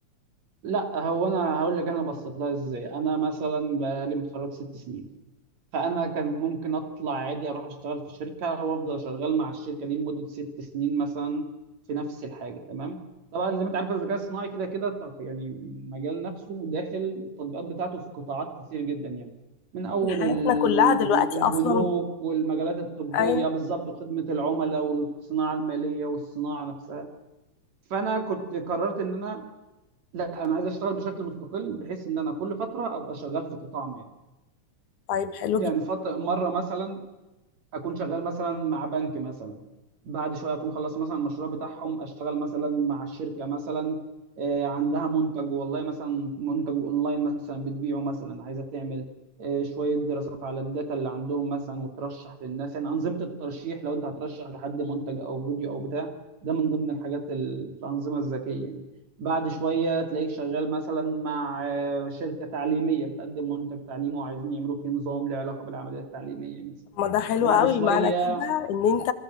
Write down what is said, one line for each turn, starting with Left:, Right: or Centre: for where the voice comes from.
Right: لا هو أنا هقول لك أنا بصيت لها إزاي أنا مثلا بقالي متخرج ست سنين فانا كان ممكن اطلع عادي اروح اشتغل في شركه وافضل شغال مع الشركه دي لمده ست سنين مثلا في نفس الحاجه تمام طبعا زي ما انت عارف الذكاء الصناعي كده كده ط- يعني مجال نفسه داخل التطبيقات بتاعته في قطاعات كتير جدا يعني من اول
Left: حياتنا
Right: البن-
Left: كلها دلوقتي
Right: البنوك
Left: اصلا
Right: والمجالات الطبيه
Left: اي
Right: بالظبط وخدمه العملاء والصناعه الماليه والصناعه نفسها فانا كنت قررت ان انا لا انا عايز اشتغل بشكل مستقل بحيث ان انا كل فتره ابقى شغال في قطاع ما
Left: طيب حلو
Right: يعني
Left: جدا
Right: فتره مره مثلا اكون شغال مثلا مع بنك مثلا بعد شويه اكون خلصت مثلا المشروع بتاعهم اشتغل مثلا مع الشركه مثلا آه، عندها منتج والله مثلا منتج اونلاين مثلا بتبيعه مثلا عايزه تعمل آه، شويه دراسات على الداتا اللي عندهم مثلا وترشح للناس يعني انظمه الترشيح لو انت هترشح لحد منتج او فيديو او بتاع ده من ضمن الحاجات ال- الانظمه الذكيه يعني بعد شويه تلاقيك شغال مثلا مع آه، شركه تعليميه بتقدم منتج تعليمي وعايزين يعملوا فيه نظام له علاقه بالعمليه التعليميه مثلا
Left: طب ما ده حلو
Right: بعد
Left: قوي
Right: شويه
Left: معنى كده ان انت